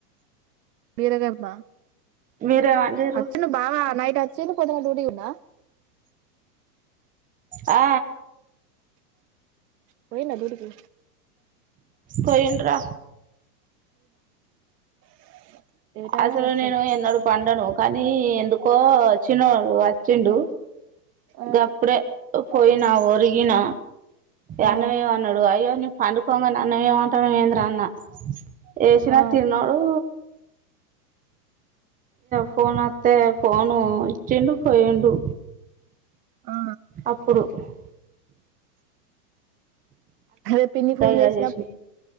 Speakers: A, on the right; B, on the right.
A: బీర గర్భ
B: మీరేం వండిర్రు
A: అచ్చను బావ నా వచ్చిండు పొద్దున్న డ్యూటీ ఉన్నా
B: ఆ
A: పోయిండా డ్యూటీకి
B: పోయిండ్రా
A: <inaudible>
B: అసలు
A: అయింది వచ్చేసరికి
B: నేను ఎన్నాడు పండను కానీ ఎందుకు కొ చిన్నోడు వచ్చిండు
A: ఆ
B: అ అప్పుడే పోయినా ఒరిగిన
A: ఆ
B: అన్నమేమన్నాడు అయ్యో న పండుకోంగ అన్నమేమంట రణవేంద్ర అన్న వేసినా
A: ఆ
B: తిన్నాడు ఫోన్ ఒత్తే ఫోన్ ఇచ్చిండు పోయిండు
A: ఆ
B: అప్పుడు అ
A: అదే పిన్ని ఫోన్ చేసినా
B: గయ్ చేసి